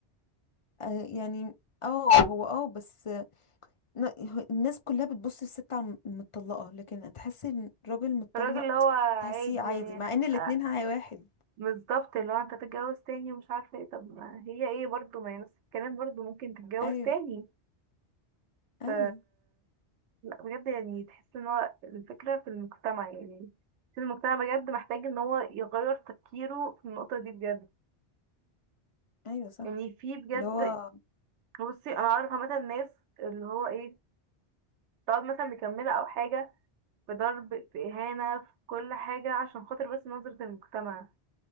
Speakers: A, on the left (about 50°); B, on the right (about 85°).
A: آه، يعني اه هو اه بس آه، ن- الناس كلها بتبص للست على المطلقة لكن تحسي ان الراجل متطلق
B: الراجل اللي هو عادي
A: تحسيه عادي
B: يعني
A: مع ان الاتنين
B: آه،
A: هاي واحد
B: بالظبط اللي هو انت تتجوز تاني ومش عارفه ايه طب ما هي ايه برضو ما هي نفس الكلام برضو ممكن تتجوز
A: ايوه
B: تاني
A: ايوه
B: ف لا بجد يعني تحس ان هو الفكره في المجتمع يعني في المجتمع بجد محتاج ان هو يغير تفكيره في النقطه دي بجد
A: ايوه صح
B: يعني في بجد
A: اللي هو
B: بصي انا عارفه مثلا ناس اللي هو ايه تقعد مثلا مكمله او حاجه في ضرب في اهانه في كل حاجه عشان خاطر بس نظره المجتمع